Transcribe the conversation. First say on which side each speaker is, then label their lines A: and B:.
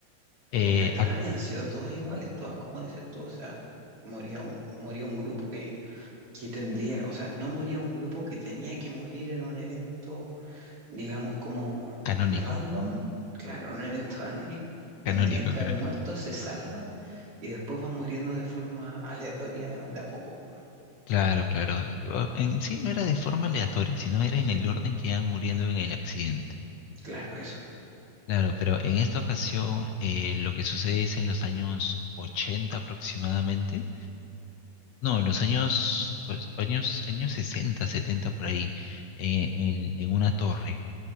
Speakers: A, on the left; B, on the right.
A: eh,
B: Porque hasta
A: ac-
B: acá habían sido todas iguales, todas como dices tú, o sea, moría, un- moría un grupo que, que tendría, o sea, no moría un grupo que tenía que morir en un evento digamos, como
A: canónico.
B: random, claro, un evento anónimo, tendrían
A: Canónico,
B: que
A: canónico.
B: haber muerto, se salvan y después van muriendo de forma aleatoria de a poco.
A: Claro, claro. O- En sí no era de forma aleatoria, sino era en el orden que iban muriendo en el accidente.
B: Claro, eso,
A: Claro, pero en esta ocasión eh, lo que sucede es en los años 80 aproximadamente, no, en los años, o- años, años 60, 70 por ahí, en, en- en una torre,